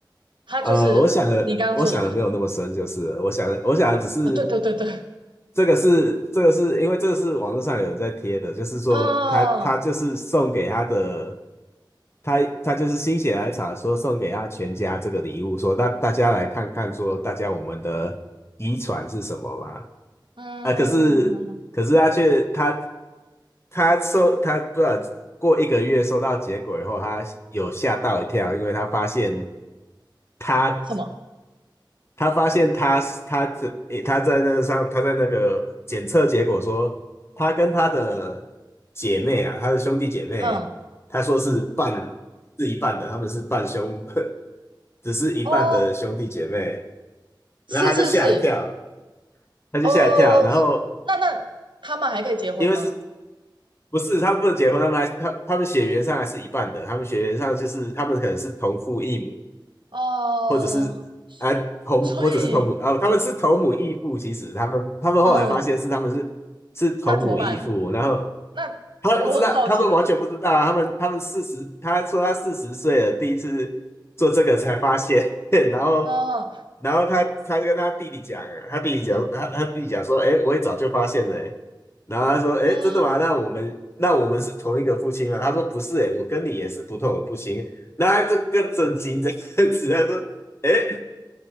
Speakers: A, on the right; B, on the left.
A: 它就是你刚刚说的这个东西
B: 呃，我想的，我想的没有那么深，就是了我想的，我想的只是
A: 啊，对对对对，
B: 这个是这个是因为这个是网络上有人在贴的，就是说他他就是送给他的，
A: 啊，
B: 他他就是心血来潮说送给他全家这个礼物，说大大家来看看说大家我们的遗传是什么吧，
A: 嗯，
B: 啊，可是可是他却他他收他不知道过一个月收到结果以后，他有吓到一跳，因为他发现。他
A: 什么？
B: 他发现他他这诶他在那上他在那个呃检测结果说，他跟他的姐妹啊，他的兄弟姐妹，
A: 嗯，
B: 他说是半是一半的，他们是半兄，<laughs> 只是一半的兄弟姐妹，
A: 哦，
B: 然后他就吓一跳，
A: 是是是，
B: 他就吓一跳，
A: 哦，
B: 然后
A: 那那他们还可以结婚吗？
B: 因为是不是他们不能结婚，他们还他他们血缘上还是一半的，他们血缘上就是他们可能是同父异母。
A: 哦，
B: 或者是啊同或者是同母啊，
A: 所以，
B: 他们是同母异父，其实他们他们后来发现是他们是是同母异父，
A: 嗯，那怎么办？
B: 然后
A: 那 <laughs>
B: 他们不知道，
A: 我很好奇的是，
B: 他们完全不知道啊他们他们四十，他说他四十岁了，第一次做这个才发现，<laughs> 然后
A: 嗯
B: 然后他他跟他弟弟讲，他弟弟讲他他弟弟讲说，哎，我也早就发现了欸，诶然后他说，哎，
A: 嗯，
B: 真的吗？那我们那我们是同一个父亲吗？他说不是，哎，我跟你也是不同的父亲。然后他就更震惊这样子，他说：“哎，